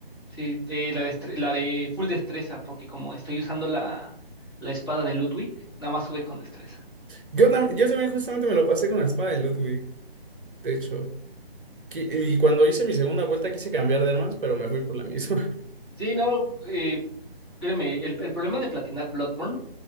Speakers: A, on the left; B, on the right.
A: Sí, eh, la de, estre- la de full destreza, porque como estoy usando la, la espada de Ludwig, nada más sube con destreza.
B: Yo, tam- yo también justamente me lo pasé con la espada de Ludwig, de hecho. Qui- Y cuando hice mi segunda vuelta quise cambiar de armas, pero me fui por la misma.
A: Sí, no, eh, créeme, el, el problema de platinar Bloodborne